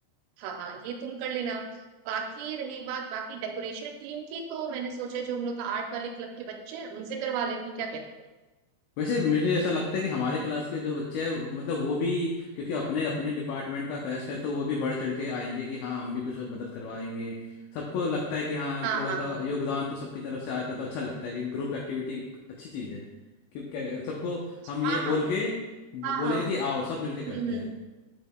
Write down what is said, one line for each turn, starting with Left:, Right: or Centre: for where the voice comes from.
Right: हाँ हाँ ये तुम कर लेना बाकी रही बात बाकी डेकोरेशन टीम की तो मैंने सोचा जो हम लोग का आर्ट वाले क्लब के बच्चे हैं उनसे करवा लेते हैं क्या कहते हो
Left: वैसे मुझे ऐसा लगता है कि हमारे क्लास के जो बच्चे हैं मतलब वो भी क्योंकि अपने अपने डिपार्टमेंट का फेस्ट है तो वो भी बढ़ चढ़ के आएंगे कि हाँ हम भी कुछ मदद करवाएंगे सबको लगता है कि हाँ
Right: हाँ
Left: थोड़ा
Right: हाँ
Left: सा
Right: हाँ
Left: योगदान तो सबकी तरफ से आता है तो अच्छा लगता है क्योंकि ग्रुप एक्टिविटी एक अच्छी चीज़ है क्योंकि क्या सबको हम ये
Right: हाँ
Left: बोल के ब-
Right: हाँ
Left: बोलेंगे
Right: हाँ हाँ
Left: कि आओ सब मिलके करते
Right: हम्म
Left: हैं